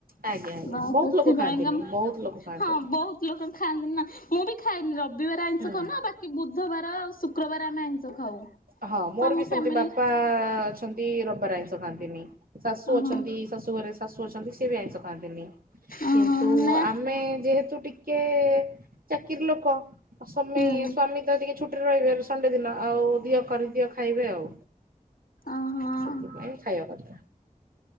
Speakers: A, on the right; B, on the left.
A: ଆଜ୍ଞା ଆଜ୍ଞା
B: ତ
A: ବହୁତ
B: ସେଥିପାଇଁ
A: ଲୋକ ଖାଆନ୍ତିନି
B: କା ମୁଁ
A: ବହୁତ ଲୋକ ଖାଆନ୍ତିନି।
B: ହଁ ବହୁତ ଲୋକ ଖାଆନ୍ତି ନା। ମୁଁ ବି ଖାଏନି ରବ ରବିବାର ଆଇଁଷ
A: ହୁଁ
B: ଖାଅନି ବାକି ବୁଧବାର ଆ ଶୁକ୍ରବାର ଆମେ ଆଇଁଷ ଖାଉ।
A: ହଁ ମୋର
B: ତ ଆମ
A: ବି
B: ଫ୍ୟାମିଲି
A: ସେମିତି ବାପା ଅଛନ୍ତି ରବି ବାର ଆଇଁଷ ଖାଆନ୍ତିନି। ଶାଶୁ
B: ଓହୋ
A: ଅଛନ୍ତି ଶାଶୁ ଘରେ ଶାଶୁ ଅଛନ୍ତି ସେ ବି ଆଇଁଷ ଖାନ୍ତିନୀ
B: ଓହୋ
A: କିନ୍ତୁ
B: ନା
A: ଆମେ ଯେହେତୁ ଟିକେ ଚାକିରି ଲୋକ ସ୍ୱାମୀ
B: ହୁଁ
A: ସ୍ଵାମୀ ତ ଟିକେ ଛୁଟିରେ ରହିବେ ସଣ୍ଡେ ଦିନ ଆଉ ଧିଅ କରିଦିଅ ଖାଇବେ ଆଉ
B: ଓହୋ।
A: ସେଥିପାଇଁ ଖାଇବା କଥା